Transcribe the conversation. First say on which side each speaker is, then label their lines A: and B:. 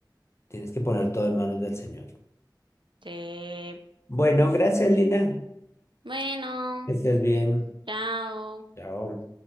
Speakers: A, on the left (about 35°); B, on the right (about 90°).
A: Tienes que poner todo en manos del Señor.
B: te,
A: Bueno, gracias, Lina.
B: bueno,
A: Que estés bien.
B: chao.
A: Chao.